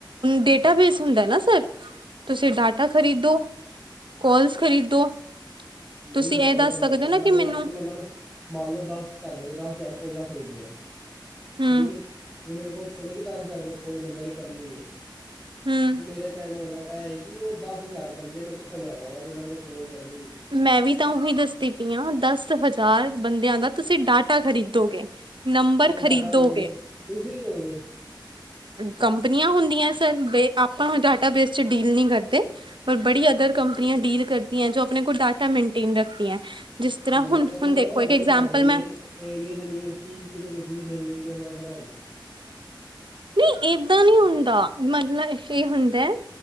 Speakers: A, on the right; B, in the centre.
A: ਡੇਟਾ ਬੇਸ ਹੁੰਦਾ ਨਾ ਸਰ ਤੁਸੀਂ ਡਾਟਾ ਖਰੀਦੋ ਕੋਲਸ ਖਰੀਦੋ।
B: ਨਹੀਂ
A: ਤੁਸੀਂ
B: ਮਾ
A: ਇਹ
B: ਉਹ
A: ਦੱਸ
B: ਤੇ
A: ਸਕਦੇ
B: ਮੈਂ ਕੈਂਦਾ
A: ਹੋ ਨਾ
B: ਵੀ
A: ਮੈਨੂੰ
B: ਕਿ ਮਤਲ ਮੈਂ ਮੰਨ ਲਓ ਦਸ ਤੁਹਾਡੇ ਕੋਲ ਦਸ ਹਜ਼ਾਰ ਕੋਲਾ ਖਰੀਦੀਆਂ
A: ਹਮ
B: ਠੀਕ ਹੈ ਵੀ ਮੇਰੇ ਕੋਲ ਕ ਕਿ ਦਸ ਹਜ਼ਾਰ ਰੁਪਇਆ ਕੋਲ ਬੰਦਿਆਂ ਨੂੰ ਕਰਨੀ ਹੈ
A: ਹਮ
B: ਤੇ ਮੇਰਾ ਕਹਿਣ ਦਾ ਮਤਲਬ ਇਹ ਵੀ ਉਹ ਦਸ ਹਜ਼ਾਰ ਬੰਦੇ ਮੈਂ ਕਿੱਥੋਂ ਲਿਆਵਾਂਗਾ ਜਿਨਾਂ ਨੂੰ ਮੈਂ ਕੋਲ ਕਰਨੀ
A: ਮੈਂ ਵੀ ਤਾਂ ਉਹੀ ਦੱਸਦੀ ਪਈ ਹਾਂ ਦਸ ਹਜ਼ਾਰ ਬੰਦਿਆਂ ਦਾ ਤੁਸੀਂ ਡਾਟਾ ਖਰੀਦੋਗੇ ਨੰਬਰ
B: ਤੇ ਉਹ
A: ਖਰੀਦੋਗੇ
B: ਡਾਟਾ ਕੀ ਮਤਲਬ ਤੁਸੀਂ ਦੋਗੇ
A: ਕੰਪਨੀਆਂ ਹੁੰਦੀਆਂ ਸਰ ਆਪਾਂ ਡਾਟਾ ਬੇਸ ਚ ਡੀਲ ਨਹੀਂ ਕਰਦੇ ਪਰ ਬੜੀ ਅਦਰ ਕੰਪਨੀਆਂ ਡੀਲ ਕਰਦੀਆਂ ਜੋ ਆਪਣੇ ਕੋਲ ਡਾਟਾ ਮੇਨਟੇਨ ਰੱਖਦੀਆਂ ਜਿਸ ਤਰ੍ਹਾਂ
B: ਮਤਲਬ
A: ਹੁਣ
B: ਉਹਨਾਂ
A: ਹੁਣ
B: ਨੂੰ
A: ਦੇਖੋ
B: ਪਤਾ ਹੁੰਦਾ
A: ਇੱਕ ਇਗਜਾਮਪਲ
B: ਕਿ ਸਾਡੇ ਨੇ
A: ਮੈਂ
B: ਏਰੀਏ ਦੇ ਨੀਅਰ ਕੀ ਕਿਤੇ ਕੋਲ ਕੀ ਸੇਮ ਹੈਗੇ ਉਹਨਾਂ ਨੂੰ ਪਤਾ ਹੁੰਦਾ
A: ਨਹੀਂ ਏਦਾਂ ਨਹੀਂ ਹੁੰਦਾ ਮਤਲਬ ਇਹ ਹੁੰਦਾ